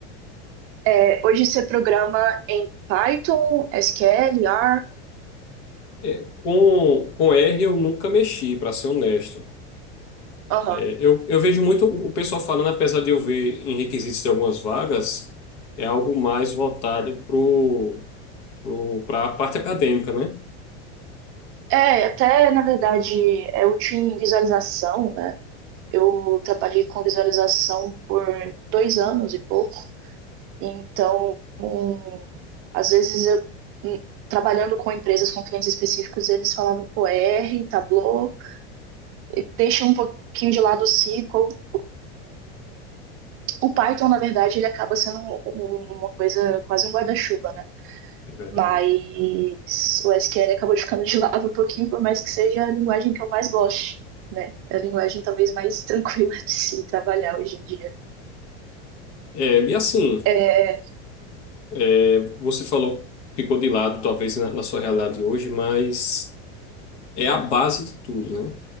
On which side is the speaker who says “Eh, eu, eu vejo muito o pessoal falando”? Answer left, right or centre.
Left